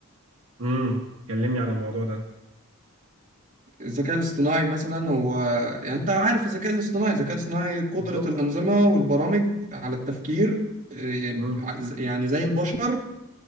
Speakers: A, on the right; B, on the right.
A: امم كلمني عن الموضوع ده
B: الذكاء الاصطناعي مثلا هو يعني أنت عارف الذكاء الاصطناعي الذكاء الاصطناعي قدرة
A: بالظبط
B: الأنظمة والبرامج على التفكير إيه،
A: امم
B: يعني زي البشر